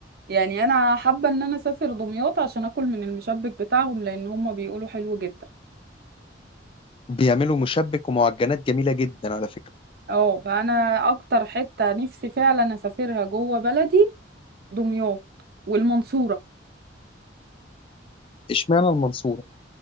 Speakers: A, on the right; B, on the left.
A: يعني انا حابه ان انا اسافر دمياط عشان اكل من المشبك بتاعهم لان هم بيقولوا حلو جدا
B: بيعملوا مشبك ومعجنات جميلة جدا على فكرة
A: اه فانا اكتر حته نفسي فعلا اسافرها جوه بلدي دمياط والمنصوره
B: اشمعنى المنصورة